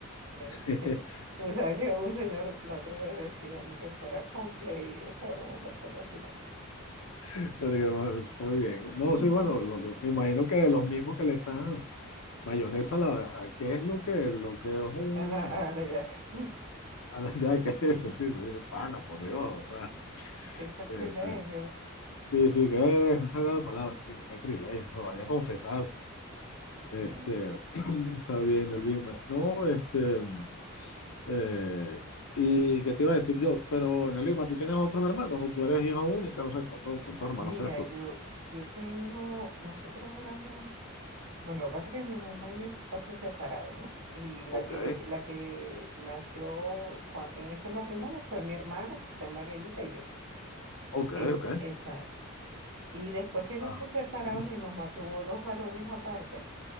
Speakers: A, on the right (about 80°); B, on the left (about 85°).
A: De- <laughs>
B: <laughs>
A: O sea, que un señor la otra vez decía, ni que fuera Complay, esa broma para echarle azúcar.
B: Pero que, bueno, Está bien.
A: <laughs>
B: No,
A: Entonces,
B: sí, bueno, lo- lo- me imagino que de los mismos que le echan. Mayonesa, la, a- ¿qué es lo que, lo que es un...
A: a la, a la yaca. <laughs>
B: <laughs> A la ya, ¿qué es eso? Sí, sí, pana, por Dios, o sea,
A: Qué sacrilegio.
B: este, sí, sí, que es, esa era la palabra, sí, que sacrilegio, o sea, vaya a confesarse.
A: Sí.
B: Este, <clears throat> está bien, el Big Mac. No, este, eh, ¿y qué te iba a decir yo? Pero, Nelima, ¿tú tienes otros hermanos o tú eres hija única? No sé, ¿cuántos, cuántos hermanos
A: Mira,
B: tienes tú?
A: yo, yo tengo, nosotros éramos Bueno, lo que pasa es que mi mamá y mi papá se separaron, ¿no? Y la
B: Ok,
A: que, la que nació cua- en ese matrimonio fue mi hermana, que está en Margarita, y yo.
B: ok,
A: Eh,
B: ok.
A: exacto. Y después que ellos
B: Ah,
A: se separaron,
B: <clears throat>
A: mi mamá tuvo dos varones aparte